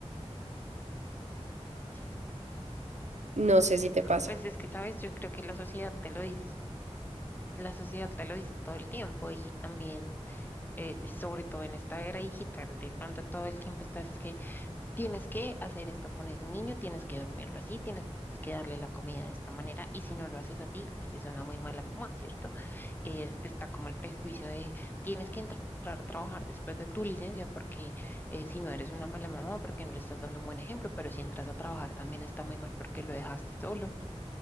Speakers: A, on the left; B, on the right.
A: Sí.
B: No sé si te pasa.
A: Pues es que, sabes, yo creo que la sociedad te lo dice, la sociedad te lo dice todo el tiempo y también eh, sobre todo en esta era digital, de pronto todo el tiempo estás que tienes que hacer esto con el niño, tienes que dormirlo así, tienes que darle la comida de esta manera y si no lo haces así, eres una muy mala mamá, ¿cierto? Eh, está como el prejuicio de tienes que entrar a trabajar después de tu licencia porque eh, si no eres una mala mamá, porque no le estás dando un buen ejemplo, pero si entras a trabajar también está muy mal porque lo dejaste solo.